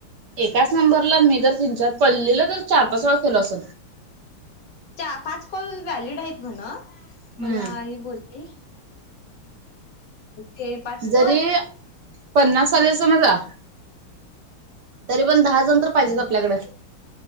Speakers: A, on the right; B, on the left.
A: एकाच नंबरला मी तर तीन चारपल्ली ला तर चार पाच वेळा केलो अस.
B: ह पाच कॉल व्हॅलिड आहेत म्हणा मला
A: हम्म.
B: आई बोलती ते पाच
A: जरी
B: कॉल
A: पन्नास आले समजा तरी पण दहा जण तर पाहिजेच आपल्याकड